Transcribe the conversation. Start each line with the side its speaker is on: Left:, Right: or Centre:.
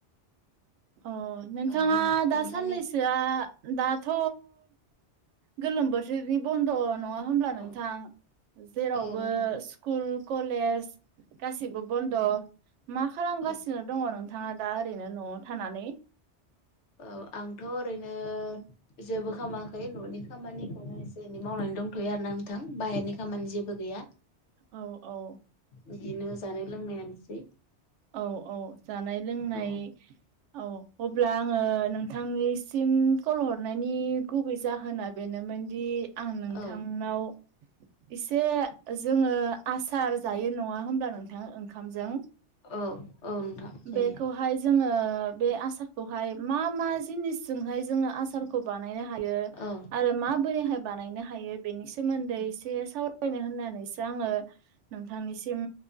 Right: अ नोंथाङा
Left: औ
Right: दा
Left: नोंथांनि
Right: साननैसोआ दाथ' गोलोम बोथोरनि बन्द' नङा होमब्ला
Left: औ
Right: नोंथां जेरावबो
Left: औ नोंथां
Right: स्कुल कलेज गासिबो बन्द' मा खालामगासिनो
Left: औ
Right: दङ नोंथां? नोंथांङा दा ओरैनो न'आव थानानै
Left: औ आंथ' ओरैनो जेबो खालामाखै न'नि खामानिखौनो एसे एनै मावनानै दंथ'यो आरो ना आं थां बाहेरनि खामानि जेबो गैया।
Right: औ-औ
Left: बिदिनो जानाय लोंनायानोसै।
Right: औ-औ जानाय लोंनाय
Left: औ
Right: औ अब्ला आङो नोंथांनिसिम कल हरनायनि गुबै जाहोना बेनोमोनदि आं नोंथांनाव
Left: औ
Right: एसे जोङो आसार जायो नङा होमब्ला नोंथां ओंखामजों
Left: औ-औ नोंथां। जायो
Right: बेखौहाय जोङो बे आसारखौहाय मा मा जिनिसजोंहाय जोङो आसार बानायनो हायो
Left: औ
Right: आरो मा बोरैहाय बानायनो हायो बेनि सोमोन्दै एसे सावरायनो होननानैसो आङो नोंथांनिसिम